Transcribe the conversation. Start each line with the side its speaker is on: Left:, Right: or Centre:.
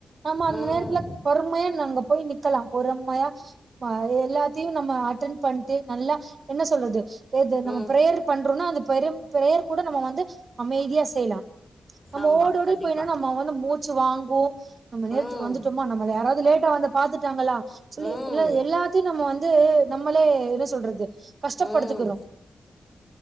Right: நம்ம அந்த
Left: ம்
Right: நேரத்துல பொறுமையா அங்க போய் நிக்கலா பொறும்மையா எல்லாத்தியும் நம்ம அட்டன் பண்ட்டு நல்லா என்ன சொல்றது ஏது நம்ம
Left: ம்
Right: பிரேயர் பண்றோன்னா அது பெரும் பிரேயர் கூட நம்ப வந்து அமைதியா செய்யலா நம்ம
Left: ஆமா
Right: ஓடோடி
Left: கண்டிப்பா
Right: போய்னா நம்ம அவங்க வந்து மூச்சு வாங் கு நம்ம நேரத்துக்கு
Left: ம்
Right: வந்துட்டோமா நம்ம யாராவது லேட்டா வந்தத் பாத்துட்டாங்களா சொல்லி
Left: ம்
Right: ல்ல எல்லாத்தையு நம்ம வந்து த்து நம்மளே என்ன சொல்றது கஷ்டப்படுத்துக்கிறோ
Left: ம்